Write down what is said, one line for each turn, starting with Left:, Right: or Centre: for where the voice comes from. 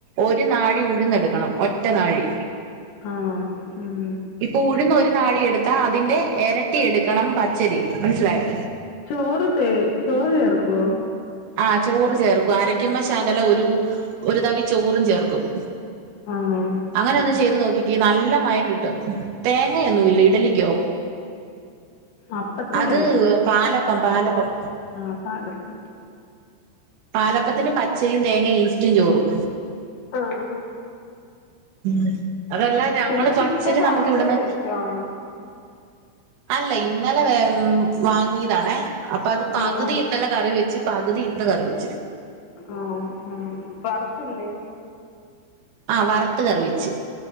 Right: ഒരു നാഴി ഉഴുന്നെട്ക്കണം ഒറ്റ നാഴി
Left: ആണോ ഉം
Right: ഇപ്പൊ ഉഴന്നൊരു നാഴിയെട്ത്താ അതിന്റെ എരട്ടിയെട്ക്കണം പച്ചരി മനസ്സിലായോ
Left: ചോറ്ത്തെ ചോറ് ചേർക്കോ
Right: ആഹ് ചോറ് ചേർക്കും അരക്കുമ്പ ശകലം ഒരു ഒരു തവി ചോറും ചേർക്കും
Left: ആണാ
Right: അങ്ങനെ ഒന്ന് ചെയ്ത് നോക്കിക്കേ നല്ല മയം കിട്ടും. തേങ്ങയൊന്നു ഇല്ലേ ഇഡലിക്കോ?
Left: അപ്പത്തിന്
Right: അത് പാലപ്പം പാലപ്പം.
Left: ആഹ് പാലപ്പം
Right: പാലപ്പത്തിന് പച്ചരിയും തേങ്ങയും ഈസ്റ്റും ചോറും.
Left: ആ ആ
Right: ഉ അതെല്ലാം ഞങ്ങള്
Left: പിന്നെ ചിക്കൻ
Right: പച്ചരി
Left: രാവിലെ
Right: നമ്മുക്ക് ഇവിടുന്ന്.
Left: വേടിച്ചോ അങ്ങ്
Right: അല്ല ഇന്നലെ വാങ്ങിയതാണേ. അപ്പൊ അത്
Left: ഉമ്മ
Right: പകുതി ഇന്നല്ലെ കറി വെച്ച് പകുതി ഇന്ന് കറി വെച്ച്.
Left: ആഹ് ആഹ് വറ്ത്തില്ലേ?
Right: ആ വറുത്ത് കറി വെച്ച്